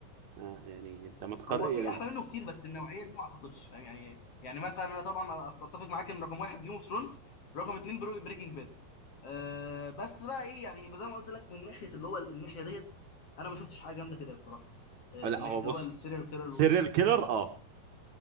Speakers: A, on the right; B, on the left.
A: آه، يعني انت ما تقر
B: هو
A: يعني
B: في احلى منه كتير بس النوعيه دي ما اعتقدش فاهم يعني يعني مثلا انا طبعا اتفق معاك ان رقم واحد جيم اوف ثرونز رقم اتنين بريكنج باد أه بس بقى ايه يعني زي ما قلت لك من ناحيه اللي هو الناحيه ديت انا ما شفتش حاجه جامده كده بصراحه أه
A: آه، لا
B: من
A: هو
B: ناحيه
A: بص
B: اللي هو السيريال كيرل
A: سيريال كيلر اه